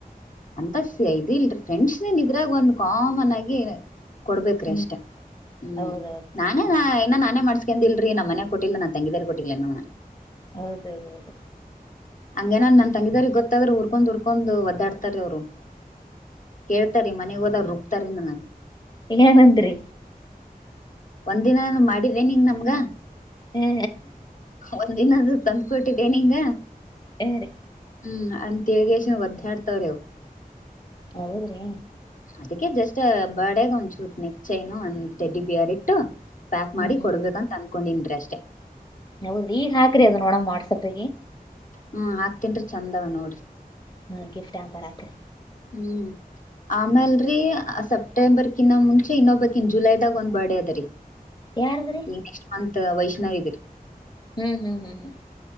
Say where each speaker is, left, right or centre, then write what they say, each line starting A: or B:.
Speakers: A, on the left (about 55°); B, on the left (about 25°).
A: ಅಂತ ಇದ ಇಲ್ರಿ ಫ್ರೆಂಡ್ಸ್ನಿದ್ರಾಗ ಒಂದ್ ಕಾಮನ್ ಆಗಿ, ಕೊಡ್ಬೇಕ್ರೀ
B: ಹ್ಮ್
A: ಅಷ್ಟೇ -ಹ್ಮ್-
B: ಹೌದೌದು
A: ನಾನೇ
B: ಹ್ಮ್
A: ಇನ್ನ ನಾನೇ ಮಾಡ್ಸ್. ಎದಿಲ್ರಿ ನಮ್ಮ ಮನೆ ಕೊಟ್ಟಿಲ್ಲ ನಾ ತಂಗಿದಾರ ಕೊಟ್ಟಿಲ್ಲ ಅನ್ನೆ.
B: ಹೌದೌದು ಅದು.
A: ಹಂಗೇನ ನನ್ ತಂಗಿದಾರ ಗೊತ್ತಾದ್ರರು ಉ-ಊರ್ಕೊಂಡ್ ಉರ್ಕೊಂಡ್ ಒದ್ದಾಡ್ತಾರ ಅವ್ರು. ಕೇಳ್ತಾರೀ ಮನೆಗ್ ಹೋದಾಗ ರುಬ್ತಾರ ನನ್ನ
B: ಇನೇನ್ಂಅಂದ್ರಿ
A: ಒಂದ್ ದಿನ ಮಾಡಿದೆ ನಿಂಗ ನಮ್ಗ
B: ಹಾ
A: ಒಂದಿನ ತಂದು. ಕೊಟ್ಟಿದ್ದೇ ನಿಂಗ.
B: ಏ -ರ್ರೀ
A: ಹ್ಮ್- ಅ -ತಿಳ್ಗೇಶ ಒದ್ದಾಡ್ತಾವ್ರೇವು
B: ಹೌದ್ರೀ.
A: ಅದಕ್ಕೆ ಜಸ್ಟ್ ಬಡಾಗ ಒಂದ್ ನೇಟ್ ನೆಕ್ ಚೈನು ಒಂದ್ ಡಡ್ಡಿ ಬಿಯರಿಟ್ಟು. ಪ್ಯಾಕ್ ಮಾಡಿ
B: ಹ್ಮ್ ಹ್ಮ್
A: ಕೊಡ್ಬೇಕಂತ ಅನ್ಕೊಂಡನಿ ಅಷ್ಟೇ.
B: ಹೌದ್ರಿ ಈಗ ಹಾಕ್ರಿ ಅದ ನೋಡಮ್ಮ ವಾಟ್ಸಪ್.
A: ಹ್ಮ್ -ಆಕ್ತನ್ರಿ ಚಂದವ ನೋಡ್ರಿ.
B: ಹ್ಮ- ಗಿಫ್ಟ್ -ಏ -ಬರಾತ್ರಿ
A: ಹ್ಮ್ -ಆಮೇಲ್ರಿ- ಸ ಸೆಪ್ಟೆಂಬರ್ ಕಿನ್ನ ಮುಂಚೆ ಇನ್ನೊಬ್ಬಕ್ನ್ ಜುಲೈದಾಗ ಒಂದ್ ಬರ್ಡೇ ಅದ -ರೀ
B: ಯಾರದ್ರಿ
A: -ಈ ನೆಕ್ಸ್ಟ್ ಮಂತ್. ವೈಷ್ಣವೀದರ್
B: ಹ್ಮ್- ಹ್ಮ್- ಹ್ಮ್ -ಹ್ಮ್